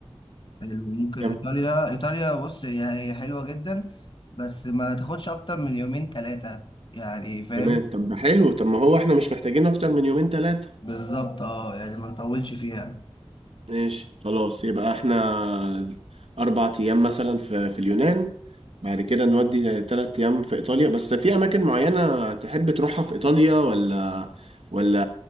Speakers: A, on the left; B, on the right.
A: ممكن
B: كام
A: ايطاليا ايطاليا بص هي هي حلوه جدا بس ما تاخدش اكتر من يومين ثلاثه يعني فاهم
B: تمام طب ده حلو طب ما هو احنا مش محتاجين أكتر من يومين تلاتة
A: بالظبط اه يعني ما نطولش فيها
B: ماشي خلاص يبقى احنا أربع أيام مثلا في في اليونان بعد كده نودي تلات أيام في إيطاليا بس في أماكن معينة تحب تروحها في إيطاليا ولا ولا